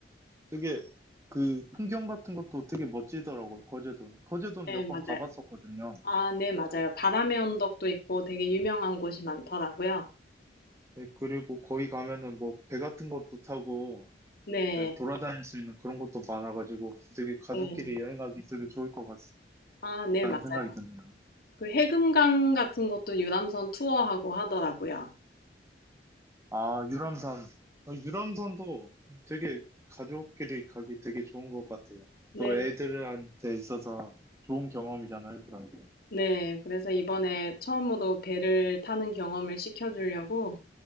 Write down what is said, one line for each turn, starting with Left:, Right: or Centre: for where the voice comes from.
Right: 되게 그 풍경 같은 것도 되게 멋지더라고요, 거제도는. 거제도는
Left: 네,
Right: 몇
Left: 맞아요.
Right: 번 가봤었거든요.
Left: 아, 네, 맞아요. 바람의 언덕도 있고 되게 유명한 곳이 많더라고요.
Right: 네, 그리고 거기 가면은 뭐 배 같은 것도 타고,
Left: 네,
Right: 네, 돌아다닐 수 있는 그런 것도 많아가지고 되게 가족끼리
Left: 네.
Right: 여행하기 되게 좋을 것 같다는
Left: 아, 네, 맞아요.
Right: 생각이 드네요.
Left: 그 해금강 같은 것도 유람선 투어하고 하더라고요.
Right: 아, 유람선. 어, 유람선도 되게 가족끼리 가기 되게 좋은 것 같아요.
Left: 네,
Right: 또 애들한테 있어서 좋은 경험이잖아요, 그런 게.
Left: 네. 그래서 이번에 처음으로 배를 타는 경험을 시켜주려고